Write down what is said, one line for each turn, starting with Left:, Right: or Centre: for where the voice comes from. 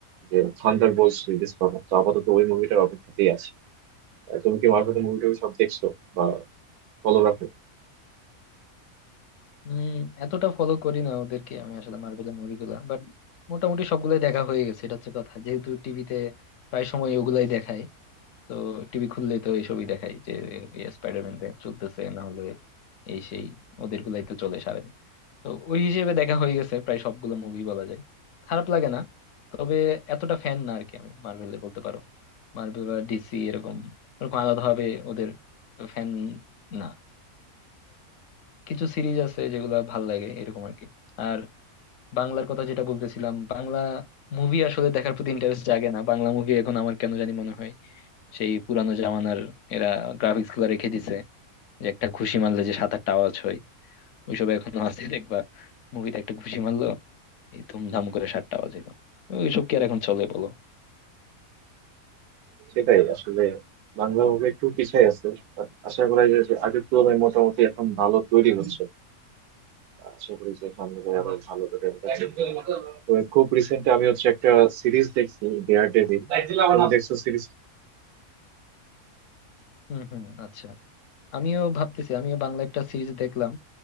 Right: যে থান্ডার বোল্টস রিলিজ পাবো তো আপাতত ওই মুভিটার অপেক্ষাতেই আছি আহ, তুমি কি মার্ভেলের মুভিটাকে সব দেখছো বা ফলো রাখো
Left: উম এতটা ফলো করি না ওদেরকে আমি আসলে মার্বেলের মুভিগুলা বাট মোটামুটি সবগুলাই দেখা হয়ে গেছে এটা হচ্ছে কথা যেহেতু টিভিতে প্রায় সময় ওগুলাই দেখায় তো টিভি খুললেই তো এইসবই দেখায় যে স্পাইডারম্যান চলতেছে না হলে এই সেই ওদের গুলাই তো চলে সারাদিন তো ওই হিসেবে দেখা হয়ে গেছে প্রায় সবগুলো মুভি বলা যায় খারাপ লাগে না তবে এতটা ফ্যান না আর কি আমি মার্ভেলে বলতে পারো মার্ভেল বা ডিসি এরকম এরকম আলাদা ভাবে ওদের ফ্যান না কিছু সিরিজ আছে যেগুলা ভাল লাগে এরকম আর কি আর বাংলার কথা যেটা বলতেছিলাম বাংলা মুভি আসলে দেখার প্রতি ইন্টারেস্ট জাগে না বাংলা মুভি এখন আমার কেন জানি মনে হয় সেই পুরানো জামানার এরা গ্রাফিক্স গুলা রেখে দিছে যে একটা ঘুষি মারলে যে সাত আটটা আওয়াজ হয় ওইসব এখনো আছে দেখবা মুভিতে একটা ঘুষি মারলো এই ধুমধাম করে সাতটা আওয়াজ এলো ওইসব কি আর এখন চলে বলো
Right: সেটাই আসলে বাংলা মুভি একটু পিছায় আছে বাট আশা করা যায় যে আগের তুলনায় মোটামুটি এখন ভালো তৈরি হচ্ছে আশা করি যে সামনে গিয়ে আরো ভালো করে আমরা দেখবো। তবে খুব রিসেন্ট আমি হচ্ছে একটা সিরিজ দেখছি ডেয়ার ডেভিল তুমি দেখছো সিরিজ
Left: হম হম আচ্ছা আমিও ভাবতেছি আমিও বাংলা একটা সিরিজ দেখলাম